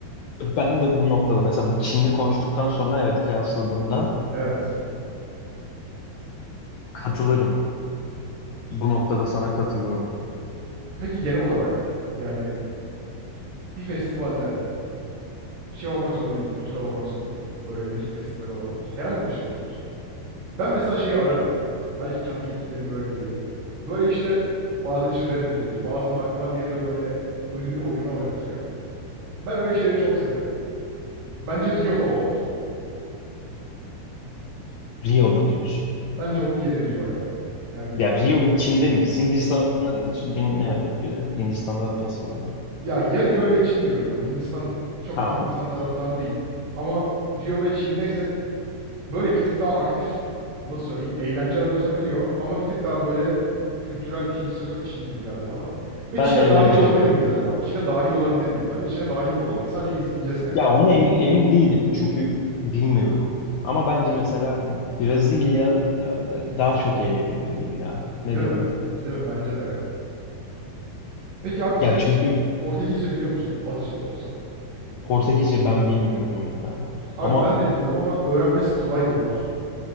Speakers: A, on the left; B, on the right.
A: Ben de bu noktada mesela bu Çin'i konuştuktan sonra evet kıyasladığımda
B: Evet.
A: katılırım. Bu noktada sana katılırım.
B: Peki genel olarak yani bir festivalde şey olmak zorunda değil, kültürel olmak zorunda değil. Böyle müzik festivali olabilir. Herhangi bir şey olabilir. Ben mesela şeyi ararım ya. Belki kendi gittiklerim böyle diye de. Böyle işte bazen işte Red Bull gelir, bazı markalar gelir ve böyle ödüllü oyunlar oynatır ya. Ben öyle şeyleri çok seviyorum. Bence Rio'da o var.
A: Rio'da diyorsun.
B: Bence onun yeri Rio ya. Yani
A: Ya Rio ve Çin'de miyiz? Hindistan'ı hiç dinlemedik bile. Hindistan'da da festival var.
B: ya ya Rio ya Çin diyorum ben. Hindistan çok
A: Tamam.
B: Hindistan taraftarı değilim. Ama Rio ve Çin'deysek Böyle bir tık daha aktif nasıl söyleyeyim eğlence arıyorsak Rio ama bir tık daha böyle kültürel bir şey istiyorsak Çin gibi geldi bana. Ve
A: Ben
B: Çin'e
A: eğlence
B: dahil olabilir
A: arıyorum.
B: miyiz acaba? Çin'e dahil olabilir miyiz? Bence Çin'e dahil de olamayız. Sadece izleyeceğiz yani.
A: Ya ona emi- emin değilim. Çünkü bilmiyorum. Ama bence mesela Brezilya da- da- daha çok eğlenilir gibi ya. Ne
B: Değil
A: dedim?
B: mi? Değil mi? Bence de ya. Peki abi sen
A: Ya
B: hiç
A: çünkü
B: Portekizce biliyor musun? Azıcık da olsa.
A: Portekizce ben bilmiyorum ya.
B: Abi
A: Ama
B: ben de bilmiyorum ama öğrenmesi kolay diyorlar.